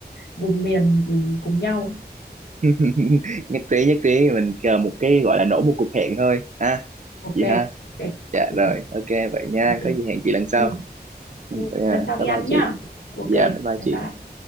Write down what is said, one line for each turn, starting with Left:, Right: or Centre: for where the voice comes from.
Left: vùng miền cùng, cùng nhau
Right: <laughs> nhất trí nhất trí mình chờ một cái gọi là nổ một cuộc hẹn thôi ha
Left: ok
Right: chị ha
Left: ok
Right: dạ
Left: ừ,
Right: rồi ok vậy nha
Left: ok
Right: có gì hẹn chị lần sau
Left: ừ,
Right: Ừ,
Left: ừ.
Right: vậy nha
Left: lần sau đi
Right: bye bye
Left: ăn
Right: chị
Left: nhá ok
Right: dạ bye bye
Left: bye
Right: chị
Left: bye